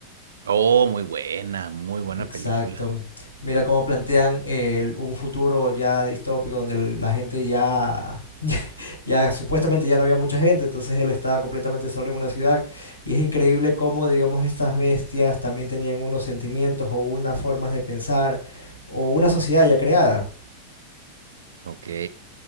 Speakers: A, on the right; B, on the left.
A: Oh, muy buena, muy buena
B: Exacto.
A: película.
B: Mira cómo plantean el- un futuro ya distópico donde el- la gente ya, <laughs> ya supuestamente ya no había mucha gente, entonces él estaba completamente solo en una ciudad y es increíble cómo, digamos, estas bestias también tenían unos sentimientos o unas formas de pensar o una sociedad ya creada.
A: Ok,